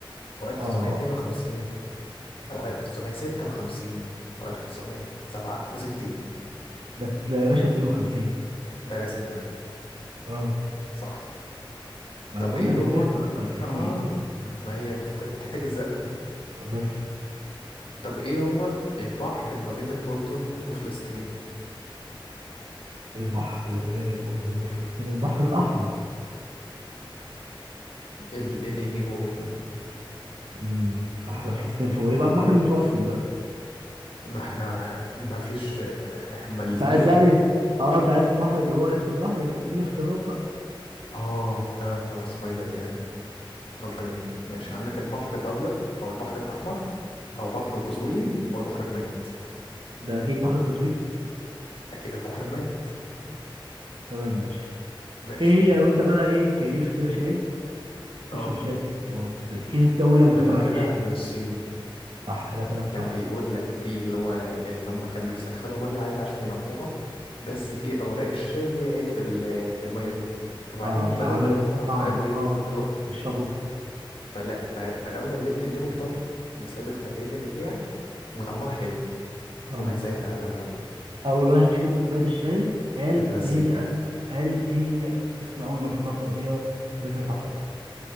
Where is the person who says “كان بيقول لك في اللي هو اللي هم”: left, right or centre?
Left